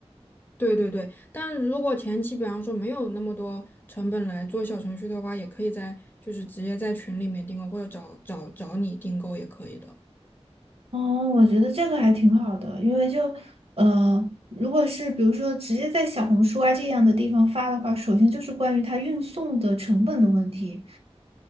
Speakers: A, on the left; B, on the right.
A: 对对对，但如果前期比方说没有那么多成本来做小程序的话，也可以在就是直接在群里面订购，或者找找找你订购也可以的。
B: 哦，我觉得这个还挺好的，因为就呃，如果是比如说直接在小红书啊这样的地方发的话，首先就是关于它运送的成本的问题，